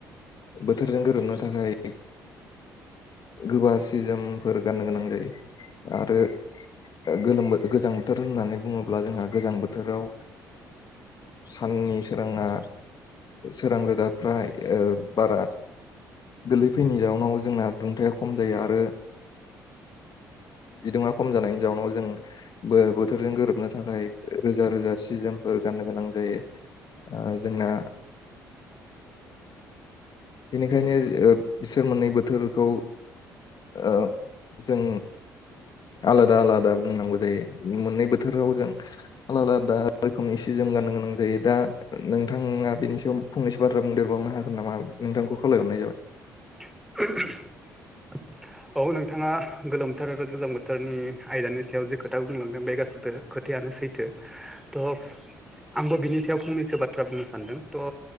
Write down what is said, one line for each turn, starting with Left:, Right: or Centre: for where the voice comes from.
Left: बोथोरजों गोरोबनो थाखाय गोबा सिजोमफोर गाननो गोनां जायो आरो गोलोम गोजां बोथोर होननानै बुङोब्ला जोंहा गोजां बोथोराव। साननि सोराङा सोरां रोदा फ्रा। बारा गोलैफैनि राउनाव जोंना दुंथाया खम जायो आरो बिदुङा खम जानायनि जाउनाव जों बोथोरजों गोरोबनो थाखाय रोजा रोजा सिजोमफोर गाननो गोनां जायो जोंना। बिनिखायनो बिसोर मोननै बोथोरखौ। ओ जों आलादा आलादा बुंनांगौ जायो मोननै बोथोराव जों आ लदाा रोखोमनि सि जोम गनो गोनां जायो दा नोंथाङा बेनि सायाव फंनैसो बाथ्रा बुंदेरबावनो हा गोन नामा नोंथांखौ खावलायहरनाय जाबाय
Centre: <inaudible> औ नोंथाङा गोलोम बोथार आरो गोजां बोथोरनि आयदानि सायाव जि खोथाखौ बुंलांदों बे गासिबो खोथायानो। सैथो थ' आंबो बिनि सायाव फंनैसो बाथ्रा बुंनो सान्दों थ'